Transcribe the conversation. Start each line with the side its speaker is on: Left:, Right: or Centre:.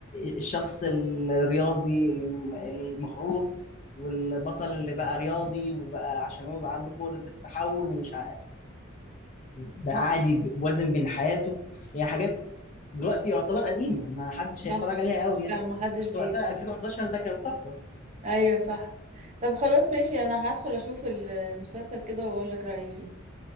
Left: آه، الشخص الرياضي الم- المغرور والبطل اللي بقى رياضي وبقى عشان هو بقى عنده قدره التحول ومش بقى عادي ب- وزن بين حياته هي حاجات دلوقتي يعتبر قديمة ما حدش هيتفرج
Right: صح
Left: عليها قوي يعني
Right: لا ما حدش
Left: بس
Right: بي
Left: وقتها 2011 ده كانت طفرة
Right: ايوه صح طب خلاص ماشي انا هدخل اشوف المسلسل كده واقول لك رأيي فيه